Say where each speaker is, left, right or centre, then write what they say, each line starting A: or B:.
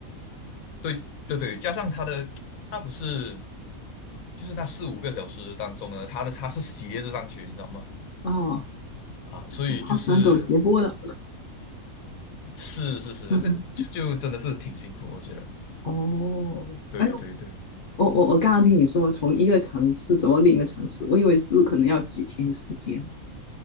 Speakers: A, on the left (about 75°); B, on the left (about 60°).
A: 对对对，加上他的，他不是，就是那四五个小时当中呢，他的他是斜着上去，你知道吗？
B: 哦。
A: 啊，所以就是
B: 我好喜欢走斜坡的，
A: 是是是，
B: <laughs> 嗯
A: 这就就真的是挺辛苦，我觉得。
B: 哦，
A: 对对对，
B: 哎，我我我刚刚听你说从一个城市走到另一个城市，我以为是可能要几天时间。